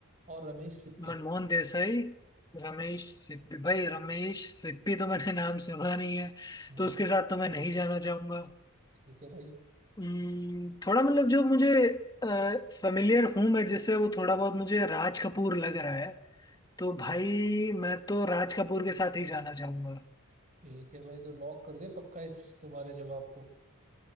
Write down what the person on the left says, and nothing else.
मनमोहन देसाई रमेश सिप्पी भाई रमेश सिप्पी तो मैंने नाम सुना नहीं है
तो उसके साथ तो मैं नहीं जाना चाहूंगा
हम्म, थोड़ा मतलब जो मुझे फेमिलियर हूं मैं जिससे वो थोड़ा बहुत मुझे राज कपूर लग रहा है तो भाई मैं तो राज कपूर के साथ ही जाना चाहूंगा